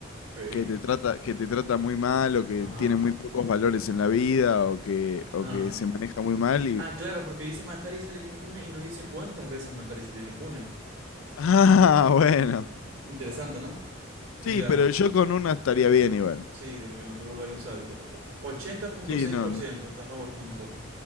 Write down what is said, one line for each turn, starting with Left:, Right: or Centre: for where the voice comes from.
Right: Ok.
Left: que te trata, que te trata muy mal o que
Right: Ajá.
Left: tiene muy pocos valores en la vida o que, o
Right: Ah.
Left: que se maneja muy mal y...
Right: Ah,
Left: <laughs>
Right: claro, porque dice matar y salir impune y no dice cuántas veces matar y salir impune.
Left: Ah, bueno.
Right: Interesante, ¿no? Mira,
Left: Sí, pero yo con una estaría bien igual.
Right: sí, de lo que no te vuelva ahí un sádico tampoco. ochenta punto
Left: Sí,
Right: seis
Left: no,
Right: por
Left: no.
Right: ciento está a favor con nosotros.